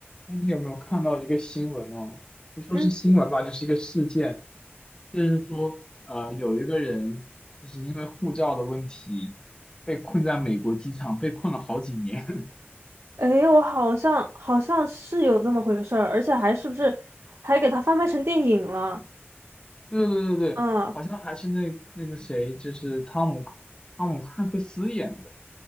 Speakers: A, on the left; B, on the right.
A: 哎，你有没有看到一个新闻哦？不说是新闻吧，
B: 嗯，
A: 就是一个事件，就是说，呃，有一个人就是因为护照的问题被困在美国机场，被困了好几年。
B: 诶，我好像好像是有这么回事儿，而且还是不是还给它翻拍成电影了？
A: <laughs> 对对对对，
B: 嗯，
A: 对，好像还是那那个谁，就是汤姆汤姆汉克斯演的，